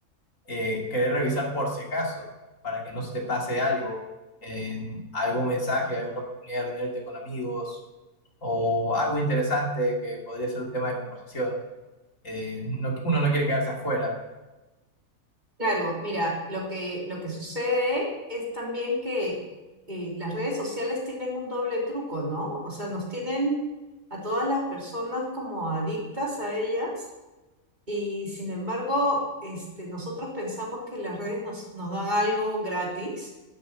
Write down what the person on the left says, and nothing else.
eh, querer revisar por si acaso, para que no se te pase algo, en algún mensaje, alguna oportunidad de reunirte con amigos o algo interesante que podría ser un tema de conversación. eh, no- uno no quiere quedarse afuera.